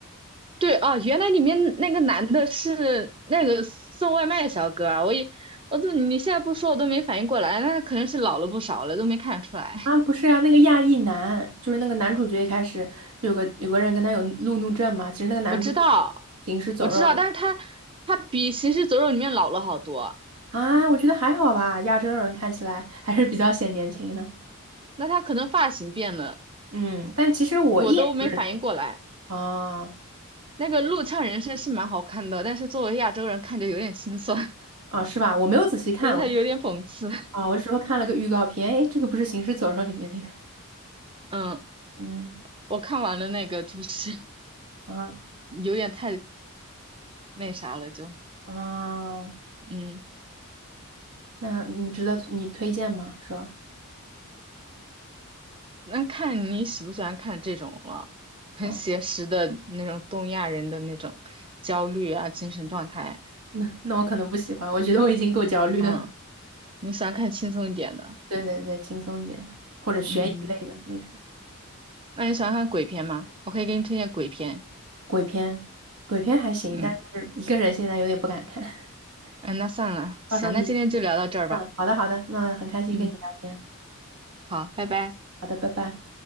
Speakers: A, on the right; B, on the right.
A: 对啊，原来里面那个男的是那个送外卖小哥啊，我也我都你现在不说我都没反应过来，那可能是老了不少了，都没看出来。<laughs>
B: 啊，不是呀，那个亚裔男，就是那个男主角一开始就有个有个人跟他有路怒症嘛，其实那个男主就是
A: 我知道，
B: 行尸走肉
A: 我知道，但是他他比《行尸走肉》里面老了好多。
B: 啊，我觉得还好吧，亚洲人看起来还是比较显年轻的，
A: 那他可能发型变了，
B: 嗯，但其实我一眼就认出来
A: 我都没反应过来。
B: 哦
A: 那个陆唱人生是蛮好看的，但是作为亚洲人看着有点心酸，<laughs>
B: 哦是吧？我没有仔细看，
A: 觉得他有点讽刺。
B: 我啊，我只是说看了个预告片，诶，这个不是行尸走肉里面那个，
A: 嗯，
B: 嗯，
A: 我看完了那个就是
B: 啊
A: 有点太那啥了，就
B: 啊，哦
A: 嗯，
B: 那你值得你推荐吗？是吧？
A: 那看你喜不喜欢看这种了，很写实的那种东亚人的那种焦虑啊，
B: 哦，
A: 精神状态。
B: 那那我可能不喜欢，我觉得我已经够焦虑了。
A: 嗯，你喜欢看轻松一点的，
B: 对对对，轻松一点的，或者悬疑类的那种
A: 嗯，那你喜欢看鬼片吗？我可以给你推荐鬼片，
B: 鬼片，鬼片还行，
A: 嗯。
B: 但是一个人现在有点不敢看。<laughs>
A: 嗯，那算了，
B: 到时候你，
A: 行，那今天就聊到这儿吧。
B: 嗯，好的好的，那很开心跟你聊天，
A: 嗯，好，拜拜。
B: 好的，拜拜。